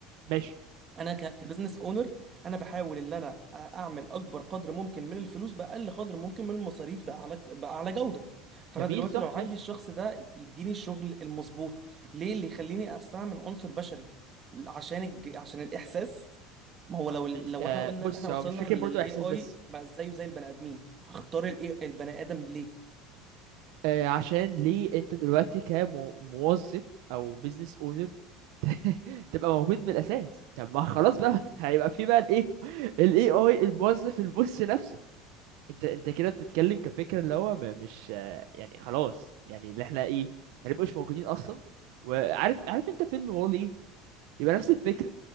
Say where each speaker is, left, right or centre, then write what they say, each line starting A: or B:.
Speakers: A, on the right; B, on the right.
A: ماشي
B: انا ك- كبزنس اونر انا بحاول ان انا أ- اعمل اكبر قدر ممكن من الفلوس باقل قدر ممكن من المصاريف باعلى باعلى جوده فانا
A: جميل
B: دلوقتي
A: صح
B: لو عندي
A: ماشي
B: الشخص ده يديني الشغل المظبوط ليه اللي يخليني استعمل عنصر بشري عشان الج... عشان الاحساس ما هو لو لو
A: مش آه،
B: احنا قلنا
A: بص
B: اللي احنا وصلنا
A: هو مش فكرة
B: للاي
A: برضو احساس
B: اي
A: بس
B: بقى زيه زي البني ادمين هختار الاي البني ادم ليه
A: آه، عشان ليه انت دلوقتي كموظف او بيزنس اونر <laughs> تبقى موجود من الاساس طب ما خلاص بقى <laughs> هيبقى في بقى الايه الاي اي الموظف البص نفسه انت انت كده بتتكلم كفكره اللي هو م- مش آه، يعني خلاص يعني اللي احنا ايه ما نبقوش موجودين اصلا وعارف عارف انت فيلم وولي يبقى نفس الفكره